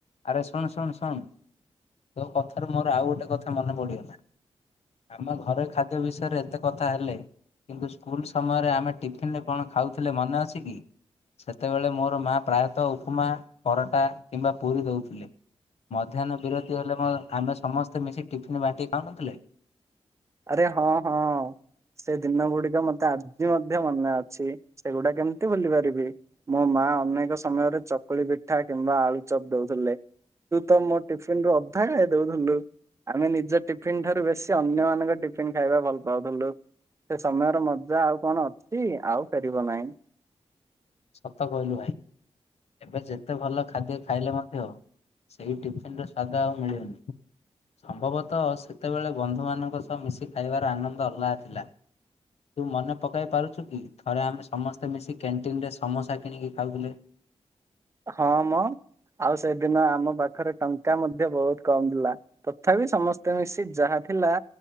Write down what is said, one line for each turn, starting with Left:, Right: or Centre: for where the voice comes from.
Left: ଆରେ ଶୁଣ ଶୁଣ ଶୁଣ ତୋ କଥାରୁ ମୋର ଆଉ ଗୋଟେ କଥା ମନେ ପଡ଼ିଗଲା। ଆମ ଘରେ ଖାଦ୍ୟ ବିଷୟରେ ଏତେ କଥା ହେଲେ। କିନ୍ତୁ ସ୍କୁଲ ସମୟରେ ଆମେ ଟିଫିନରେ କଣ ଖାଉଥିଲେ ମନେ ଅଛି କି? ସେତେବେଳେ ମୋର ମାଆ ପ୍ରାୟତଃ ଉପମା ପରଟା କିମ୍ବା ପୁରୀ ଦେଉଥିଲେ ମଧ୍ୟାହ୍ନ ବିରତି ହେଲେ ମ ଆମେ ସମସ୍ତେ ମିଶି ଟିଫିନ୍ ବାଣ୍ଟିକି ଖାଉନଥିଲେ।
Right: ଆରେ ହଁ ହଁ। ସେ ଦିନ ଗୁଡିକ ମତେ ଆଜି ମଧ୍ୟ ମନେ ଅଛି ସେଗୁଡା କେମିତି ଭୁଲି ପାରିବି। ମୋ ମା ଅନେକ ସମୟରେ ଚକୁଳି ପିଠା କିମ୍ବା ଆଳୁ ଚପ ଦଉଥିଲେ। ତୁ ତ ମୋ ଟିଫିନ ରୁ ଅଧା ଖାଇ ଦଉଥିଲୁ ଆମେ ନିଜ ଟିଫିନ ଠାରୁ ବେଶୀ ଅନ୍ୟ ମଙ୍କ ଟିଫିନ ଖାଇବା ଭଲ ପାଉଥିଲୁ ସେ ସମୟର ମଜା ଆଉ କଣ ଅଛି ଆଉ ଫେରିବ ନାହିଁ।
Left: ସତ କହିଲୁ ଭାଇ ଏବେ ଯେତେ ଭଲ ଖାଦ୍ୟ ଖାଇଲେ ମଧ୍ୟ ସେଇ ଟିଫିନ ର ସ୍ଵାଦା ଆଉ ମିଳିବନି। ସମ୍ଭବତଃ ସେତେବେଳେ ବନ୍ଧୁମାନଙ୍କ ସହ ମିଶି ଖାଇବାର ଆନନ୍ଦ ଅଲଗା ଥିଲା। ତୁ ମନେ ପକାଇ ପାରୁଛୁ କି ଥରେ ଆମେ ସମସ୍ତେ ମିଶି କ୍ୟାଣ୍ଟିନ ରେ ସମୋସା କିଣିକି ଖାଉଥିଲେ।
Right: ହଁ ମ ଆଉ ସେଦିନ ଆମ ପାଖରେ ଟଙ୍କା ମଧ୍ୟ ବହୁତ କମ ଥିଲା। ତଥାପି ସମସ୍ତେ ମିଶି ଯାହା ଥିଲା